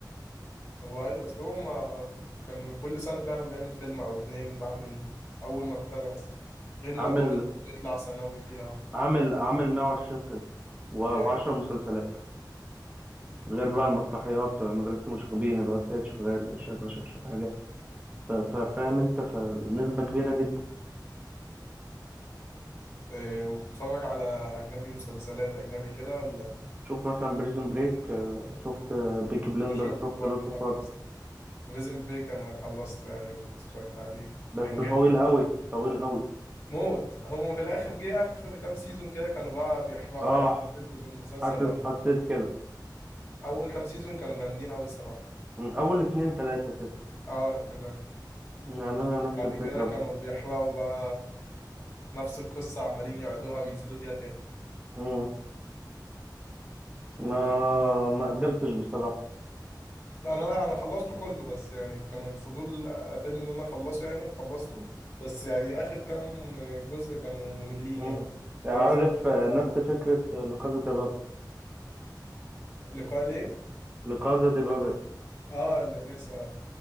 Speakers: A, on the left (about 35°); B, on the right (about 20°).
A: هو ايوه اصل هو ما كان كل سنة فعلا بيعمل فيلم او اتنين بقى من اول ما ابتدى مثلا غير الادوار
B: عامل
A: اللي بيطلع ثانوي فيها
B: عامل عامل 120 فيلم و10
A: يا
B: مسلسلات غير بقى المسرحيات مدرسة المشاغبين الواد سيد شغال شاهد ما شافش حاجة ف- ف- فاهم انت فنسبة كبيرة جدا
A: إيه وبتتفرج على اجنبي مسلسلات اجنبي كده ولا
B: شفت مثلا بريزن بريك شفت بيكي بلندر
A: انا شفت
B: شفت
A: برضه
B: لوسيفر
A: خلصت فيزن بريك انا خلصت يعني اتفرجت عليه
B: بس
A: كان جامد
B: طويل قوي طويل قوي
A: موت هم في الاخر جه اخر كام سيزون كده كانوا بقى بيحرقوا
B: اه
A: يعني في المسلسل
B: حاسس حسيت كده
A: اول كام سيزون كانوا جامدين قوي الصراحة
B: م، اول اتنين تلاتة كده
A: اه قافلة
B: يعني انا نفس
A: بعد
B: الفكرة
A: كده كانوا
B: بس
A: بيحرقوا بقى نفس القصة عمالين يعيدوها ويزيدوا فيها تاني
B: م،
A: و...
B: ما ما قدرتش بصراحة
A: لا انا لا انا خلصته كله بس يعني كان الفضول قاتلني ان انا اخلصه يعني وخلصته بس يعني اخر كام جزء كانوا مملين
B: مم.
A: يعني خلاص
B: عارف آه، نفس فكرة لكازا دي بابل
A: لقاء ليه
B: لكازا دي بابل
A: اه اللي فيه ساعة